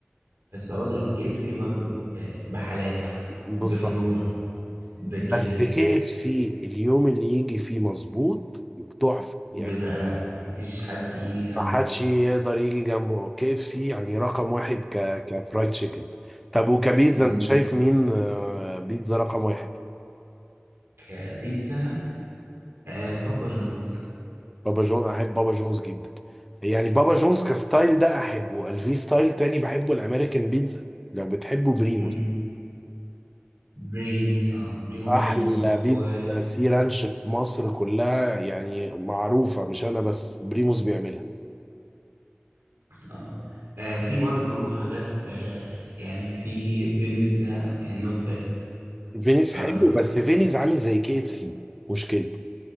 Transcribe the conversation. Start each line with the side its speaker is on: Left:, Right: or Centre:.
Right: بس أقول لك كي اف سي برضو ب- بحالات
Centre: بالظبط
Right: بفروع بكده
Centre: بس كي اف سي اليوم اللي يجي فيه مظبوط تحفه
Right: بيبقى
Centre: يعني
Right: لأ مفيش حد يجي جنبه
Centre: محدش يقدر يجي جنبه كي اف سي يعني رقم واحد ك كفرايد تشيكن طب وكبيتزا
Right: مم.
Centre: انت شايف مين آه، بيتزا رقم واحد
Right: كبيتزا آه، بابا جونز
Centre: بابا جون احب بابا جونز جدا يعني بابا جونز كستايل ده احبه قال في ستايل تاني بحبه الامريكان بيتزا لو بتحبه بريمو
Right: مم. بريمز اه بريموز
Centre: احلى
Right: حلو برضو
Centre: بيتزا
Right: وبريموز
Centre: سي رانش في مصر كلها يعني معروفه مش انا بس بريموس بيعملها
Right: اه آه، في برضو حاجات آه يعني في فينيس ده يعني نوت باد
Centre: فينيس
Right: بصراحة
Centre: حلو بس فينيس عامل زي كي اف سي مشكلته